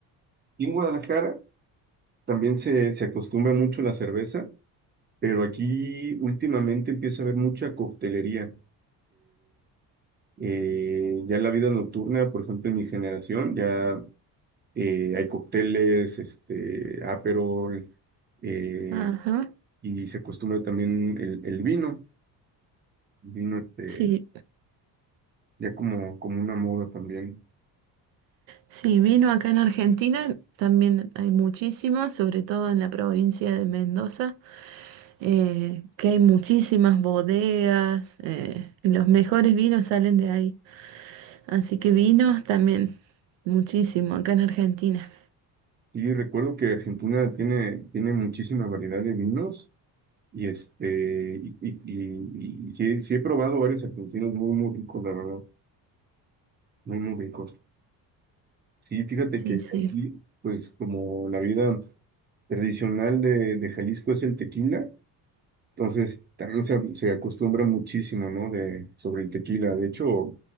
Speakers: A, on the right; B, on the right.
A: Y en Guadalajara también se, se acostumbra mucho la cerveza, pero aquí últimamente empieza a haber mucha coctelería Eh, ya en la vida nocturna, por ejemplo, en mi generación, ya eh, hay cócteles, este, Aperol, eh,
B: Ajá.
A: y se acostumbra también el, el vino, el vino este,
B: Sí,
A: ya como, como una moda también.
B: sí, vino acá en Argentina, también hay muchísimo, sobre todo en la provincia de Mendoza, eh, que hay muchísimas bodegas, eh, y los mejores vinos salen de ahí. Así que vinos también, muchísimo, acá en Argentina.
A: Y recuerdo que Argentina tiene, tiene muchísima variedad de vinos, y este, y, y, y- y sí, he sí he probado varios argentinos muy, muy ricos, la verdad, muy, muy ricos. Sí, fíjate
B: Sí,
A: que
B: sí.
A: aquí, pues como la vida. tradicional de, de Jalisco es el tequila, entonces también se, se acostumbra muchísimo, ¿no? De, sobre el tequila. De hecho,